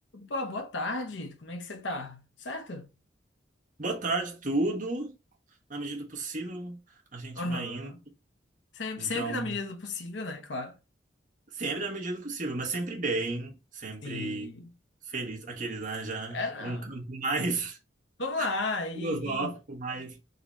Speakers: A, on the left; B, on the right.
A: Pô, boa tarde. Como é que você tá? Certo?
B: Boa tarde, tudo. Na medida do possível, a gente
A: Aham.
B: vai indo.
A: Sempre,
B: Então,
A: sempre na medida do possível, né? Claro.
B: sempre na medida do possível, mas sempre bem, sempre
A: Sim.
B: feliz. Aqueles lá já
A: É, não.
B: para um campo mais
A: Vamos lá.
B: <laughs>
A: E,
B: filosófico,
A: e-
B: mais